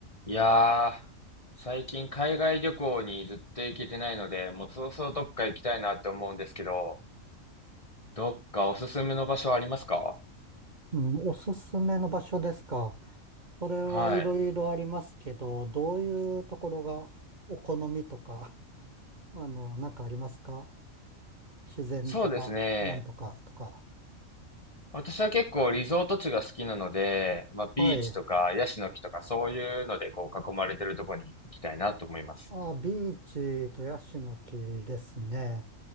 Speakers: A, on the left; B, on the right.
A: いやー、最近海外旅行にずっと行けてないので、もうそろそろどっか行きたいなって思うんですけど、どっかおすすめの場所ありますか
B: うん、おすすめの場所ですか。それはいろいろありますけど、
A: はい。
B: どういうところがお好みとか、あの、なんかありますか自然とか、
A: そうですね。
B: なんとかとか。
A: 私は結構リゾート地が好きなので、まあビーチとかヤシの木とかそういうのでこう囲まれてるところに行きたいなと思います。
B: はい。あ、ビーチとヤシの木ですね。